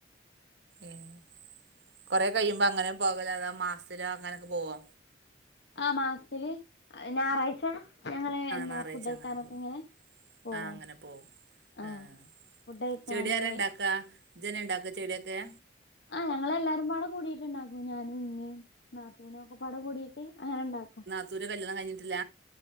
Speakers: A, on the right; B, on the left.
A: ഏഹ് കൊറെ കയുമ്പോ അങ്ങനെ പോകലാണോ അതോ മാസത്തില് അങ്ങനെയൊക്കെ പോവോ
B: ആഹ് മാസത്തില് ഞായറാഴ്ച ഞങ്ങള് എന്താ
A: ഞായറാഴ്ച
B: ഫുഡ് കഴിക്കാനൊക്കെ
A: അങ്ങനെ പോവും
B: ഇങ്ങനെ പോകും
A: ആഹ് അങ്ങനെ പോവും
B: ആ
A: ആഹ്
B: ഫുഡ് കഴിക്കാന്
A: ചെടി ആരാ ഇണ്ടാക്കാ ഇജ് ന്നെ ഇണ്ടാക്കോ ചെടിയൊക്കെ
B: ആഹ് ഞങ്ങളെല്ലാരും പാടെ കൂടീട്ട്ണ്ടാക്കും ഞാനും ഉമ്മേം നാത്തൂനൊക്കെ പാടെ കൂടീട്ട് അങ്ങനെ ഇണ്ടാക്കും
A: ത്തൂൻ്റെ കല്ല്യാണം കഴിഞ്ഞിട്ടില്ല